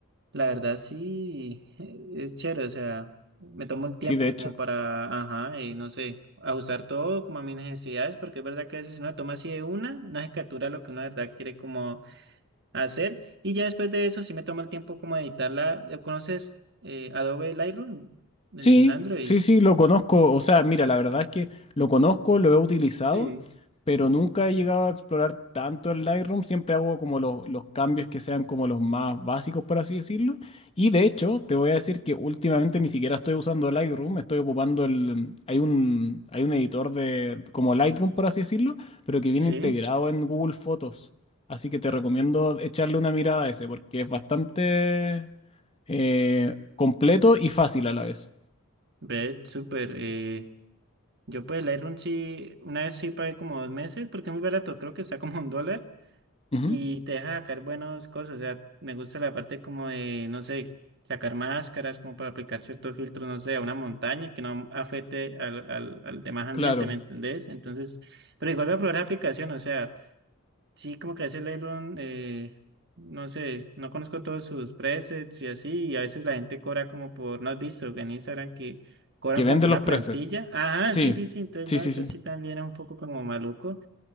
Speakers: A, on the right; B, on the left.
A: la verdad sí, <laughs> es chévere, o sea, me tomo el tiempo
B: sí, de hecho.
A: como para, ajá, y no sé, ajustar todo como a mis necesidades, porque es verdad que a veces si uno toma así de una, no se captura lo que uno de verdad quiere como hacer. Y ya después de eso, si me tomo el tiempo como de editarla. Eh, ¿Conoces eh, Adobe Lightroom en
B: Sí,
A: Android?
B: sí, sí, lo conozco. O sea, mira, la verdad es que lo conozco, lo he utilizado,
A: Sí.
B: pero nunca he llegado a explorar tanto el Lightroom. Siempre hago como los, los cambios que sean como los más básicos, por así decirlo. Y de hecho, te voy a decir que últimamente ni siquiera estoy usando Lightroom, estoy ocupando el... Hay un, hay un editor de como Lightroom, por así decirlo, pero que viene
A: Sí,
B: integrado en Google Fotos. Así que te recomiendo echarle una mirada a ese, porque es bastante eh, completo y fácil a la vez.
A: ve, súper. eh, yo pues Lightroom sí, una vez sí pagué como dos meses porque es muy barato, creo que está como un dólar
B: Ujú,
A: y te deja sacar buenas cosas, o sea, me gusta la parte como de, no sé, sacar máscaras como para aplicar ciertos filtros, no sé, a una montaña que no afecte al, al, al demás ambiente,
B: Claro,
A: ¿me entendés? Entonces, pero igual voy a probar la aplicación, o sea... Sí, como que a veces Lightroom, eh, no sé, no conozco todos sus presets y así, y a veces la gente cobra como por, ¿no has visto en Instagram que cobran
B: que
A: como
B: vende
A: por una
B: los
A: plantilla?
B: presets.
A: Ajá,
B: Sí,
A: sí, sí, sí, entonces
B: sí,
A: no,
B: sí,
A: eso
B: sí.
A: sí también es un poco como maluco.